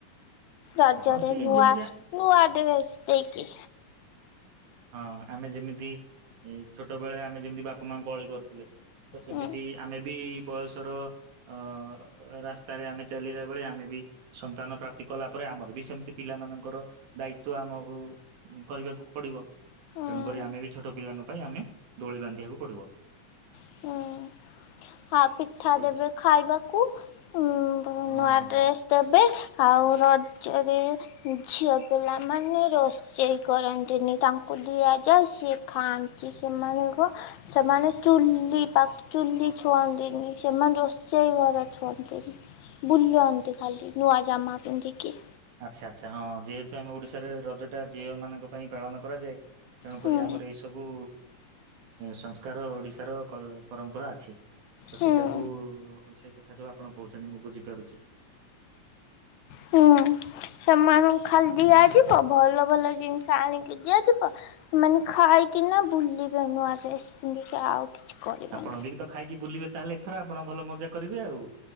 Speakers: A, on the left (about 75°); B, on the right (about 85°).
A: ରଜରେ
B: ହଁ ସେ
A: ନୂଆ
B: ଯେମିତି
A: ନୂଆ ଡ୍ରେସ ଦେଇକି
B: ହଁ, ଆମେ ଯେମିତି ଏ ଛୋଟ ବେଳେ ଆମେ ଯେମିତି ବାପା ମାଙ୍କୁ ଅଳି କରୁଥିଲେ। ତ ସେମିତି
A: ହୁଁ
B: ଆମେ ବି ବୟସର ଅ ରାସ୍ତାରେ ଆମେ ଚାଲିଲା ବେଳେ ଆମେ ବି ସନ୍ତାନ ପ୍ରାପ୍ତି କଲାପରେ ଆମର ବି ସେମିତି ପିଲା ମାନଙ୍କର ଦାୟିତ୍ବ ଆମକୁ କରିବାକୁ ପଡିବ।
A: ହୁଁ।
B: ତେଣୁକରି ଆମେ ବି ଛୋଟ ପିଲାଙ୍କ ପାଇଁ ଆମେ ଦୋଳି ବାନ୍ଧିବାକୁ ପଡିବ।
A: ହୁଁ। ହଁ ପିଠା
B: ତ ସେଇଟା
A: ଦେବେ ଖାଇବାକୁ, ନୂଆ
B: ହଁ।
A: ଡ୍ରେସ୍ ଦେବେ ଆଉ ରଜରେ ଝିଅ ପିଲାମାନେ ରୋ ରୋଷେଇ କରନ୍ତିନି, ତାଙ୍କୁ ଦିଆଯାଏ ସିଏ ଖାଆନ୍ତି। ସେମାନଙ୍କୁ ସେମାନେ ଚୁଲି ପାଖ ଛୁଅନ୍ତିନି ସେମାନେ ରୋଷେଇ ଘର ଛୁଅନ୍ତିନି। ବୁଲନ୍ତି ଖାଲି ନୂଆ ଜାମା ପିନ୍ଧିକି।
B: ଆଚ୍ଛା ଆଚ୍ଛା। ହଁ, ଯେହେତୁ ଆମେ ଓଡିଶାରେ ରଜ ଟା ଝିଅ ମାନଙ୍କ ପାଇଁ ପାଳନ କରାଯାଏ ତେଣୁକରି
A: ହୁଁ
B: ଆମର ଏଇ ସବୁ ସଂସ୍କାର ଓଡିଶାର ପରମ୍ପରା ଅଛି। ତ
A: ହୁଁ
B: ସେଇଟାକୁ ସେଇ କଥା ସବୁ ଆପଣ କହୁଛନ୍ତି ମୁଁ ବୁଝିପାରୁଛି।
A: ହୁଁ, ସେମାନଙ୍କୁ ଖାଲି ଦଆ ଯିବ ଭଲ ଭଲ ଜିନିଷ ଆଣିକି ଦିଆଯିବ। ସେମାନେ ଖାଇକିନା ବୁଲିବେ ନୂଆ ଡ୍ରେସ୍ ପିନ୍ଧି କି। ଆଉ କିଛି କରିବେନି
B: ଆପଣ ବି ତ ଖାଇକି ବୁଲିବେ ତାହେଲେ ଏଥର। ଆପଣ ଭଲ ମଜା କରିବେ ଆଉ।